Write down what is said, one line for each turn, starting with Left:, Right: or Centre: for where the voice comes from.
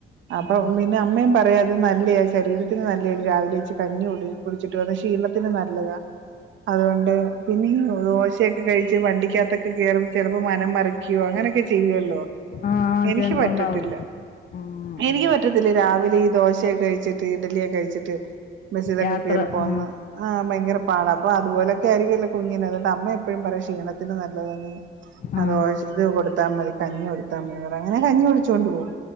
Right: അപ്പൊ
Left: ആ
Right: പിന്നെ അമ്മയും പറയോ നല്ലെയാ ശരീരത്തിന് നല്ലെയാ രാവിലെ എച്ച് കഞ്ഞി കുടി കുടിച്ചിട്ട് പോണേ ക്ഷീണത്തിന് നല്ലതാ അതുകൊണ്ട് പിന്നീ ദോശയൊക്കെ കഴിച്ച് വണ്ടിക്കാത്തൊക്കെ കേറും ചെലപ്പോ മനം മറിക്കോ അ അങ്ങനെയൊക്കെ ചെയ്യുവല്ലോ
Left: ആ
Right: എനിക്ക്
Left: ജനം
Right: പറ്റത്തില്ല
Left: ഉണ്ടാവും ആ
Right: എനിക്ക്
Left: ആ
Right: പറ്റത്തില്ല രാവിലെ ഈ ദോ ശേ കഴിച്ചിട്ട് ഇഡലിയ കഴിച്ചിട്ട് ബസിലൊക്കെ
Left: യാത്ര
Right: കേറി പോന്ന
Left: ആ
Right: ആ ഭയങ്കര പാടാ പ്പൊ അതുപോലൊക്കെ ആയിരിക്കല്ലോ കുഞ്ഞിന് അതെന്റ അമ്മ എപ്പഴും പറയും ക്ഷീണത്തിന് നല്ലതാന്ന് അതോശിത്
Left: ആ
Right: കൊടുത്താ മതി കഞ്ഞി കൊടുത്താ മ അങ്ങനെ കഞ്ഞികുടിച്ചോണ്ട് പോവും